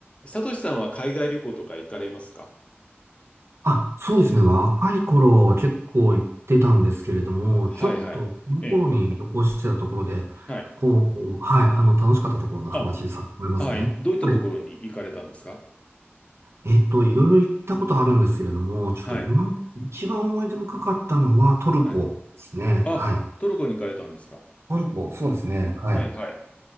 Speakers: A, on the left (about 30°); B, on the right (about 75°).
A: サトシさんは海外旅行とか行かれますか
B: あ、そうですね。若い頃結構行ってたんですけれども、
A: はいはい。
B: ちょっとこの頃に旅行してたところで、
A: ええ。はい。
B: こう、はい、あの、楽しかったところの話させてもらいますね。
A: あ、はい。どういったところに行かれたんですか
B: はい。えっと、いろいろ行ったことあるんですけれども、ちょっと今、
A: はい。
B: 一番思い出深かったのはトルコですね。
A: はい。あ、
B: はい。
A: トルコに行かれたんですか
B: トルコ、そうですね。はい。
A: はいはい。